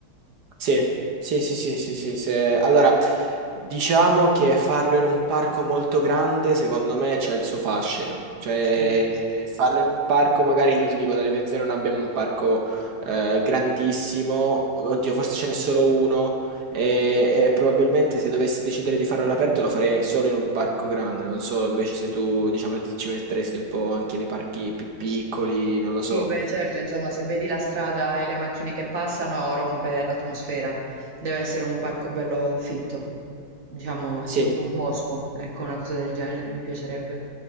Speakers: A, on the right; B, on the right.
A: Sì, sì, sì, sì, sì, sì, se- Allora, diciamo che farlo in un parco molto grande, secondo me, c'è il suo fascino. Cioè,
B: Sì.
A: farlo in un parco, magari io ti dico, dalle mie zone non abbiamo un parco eh, grandissimo, oddio, forse ce n'è solo uno, e, e probabilmente se dovessi decidere di farlo all'aperto lo farei solo in un parco grande. Non so, invece se tu, diciamo, ti- ci metteresti un po' anche nei parchi più piccoli, non lo so.
B: Sì, beh, certo, insomma, se vedi la strada e le macchine che passano, rompe l'atmosfera. Deve essere un parco bello fitto. Diciamo,
A: Sì,
B: sì, tipo un bosco, ecco, una cosa del genere, mi piacerebbe.